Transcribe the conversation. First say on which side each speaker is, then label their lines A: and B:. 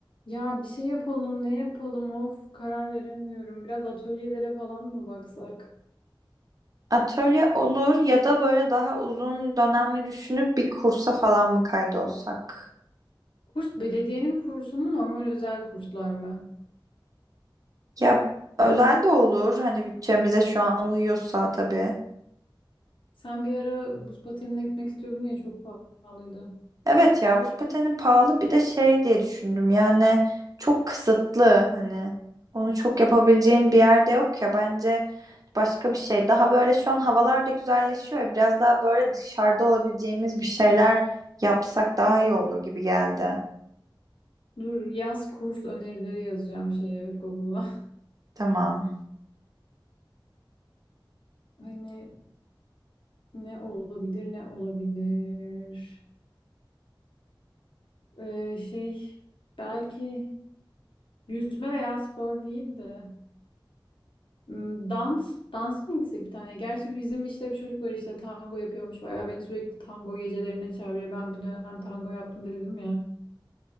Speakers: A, on the left; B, on the right.
A: Ya bir şey yapalım, ne yapalım? Of, karar veremiyorum. Biraz atölyelere falan mı baksak?
B: Atölye olur ya da böyle daha uzun dönemli düşünüp bir kursa falan mı kaydolsak?
A: Kurs belediyenin kursu mu, normal özel kurslar mı?
B: Ya özel de olur hani bütçemize şu an uyuyorsa tabii.
A: Sen bir ara buz patenine gitmek istiyordun ya çok pahalıydı.
B: Evet ya buz pateni pahalı bir de şey diye düşündüm yani çok kısıtlı hani onu çok yapabileceğin bir yerde yok ya bence başka bir şey. Daha böyle şu an havalar da güzelleşiyor ya biraz daha böyle dışarıda olabileceğimiz bir şeyler yapsak daha
A: Hmm.
B: iyi olur gibi geldi.
A: Dur, yaz kurs önerileri yazacağım şeye Google'a. <laughs>
B: Tamam.
A: Hani ne olabilir, ne olabilir? Ee, şey belki yüzme veya spor değil de. Hmm, Dans, dansa mı gitsek bir tane? Gerçi bizim işte bir çocuk var işte tango yapıyormuş. Bayağı beni sürekli tango gecelerine çağırıyor. Ben bir dönem tango yaptım dedim ya.